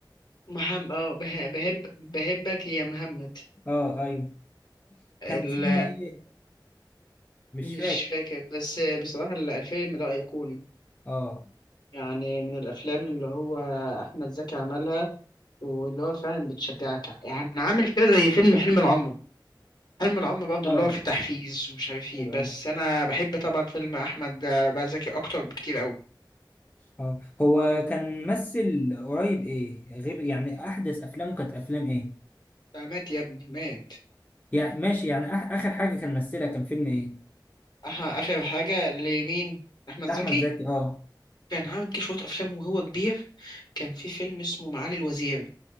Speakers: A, on the left; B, on the left.
A: مهم اه به- بهب بهبك يا محمد
B: اه ايوه
A: ال
B: كان اسمها ايه؟ مش
A: مش
B: فاكر
A: فاكر بس بصراحة الفيلم ده أيقوني
B: اه
A: يعني من الأفلام اللي هو أحمد زكي عملها واللي هو فعلا بتشجعك يعني عامل كده زي فيلم حلم العمر فيلم العم برضه
B: اه
A: اللي هو فيه تحفيز ومش عارف ايه
B: ايوه
A: بس
B: ايوه
A: انا بحب طبعا فيلم احمد بقى زكي اكتر بكتير قوي
B: اه هو كان ممثل قريب ايه؟ غير يعني احدث افلامه كانت افلام ايه؟
A: ده مات يا ابني مات
B: يعني ماشي يعني أح- اخر حاجه كان ممثلها كان فيلم ايه؟
A: أح- اخر حاجه لمين احمد
B: لاحمد
A: زكي
B: زكي اه
A: كان عامل كده شويه افلام وهو كبير كان في فيلم اسمه معالي الوزير